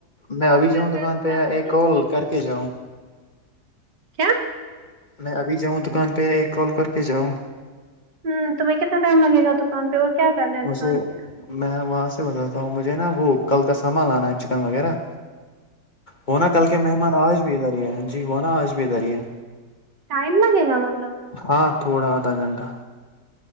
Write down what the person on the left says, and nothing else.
میں ابھی
جاؤں دکان پہ یا ایک کال کر کے جاؤں
میں ابھی جاؤں دکان پہ ایک کال کر کے جاؤں
مجھے
میں وہاں سے بتاتا ہوں مجھے نا وہ کل کا سامان لانا ہے چکن وغیرہ وہناا کل کے مہمان آج بھی ادھر ہے جی وہناا آج بھی ادھر ہی ہے
ہاں تھوڑا آدھا گھنٹہ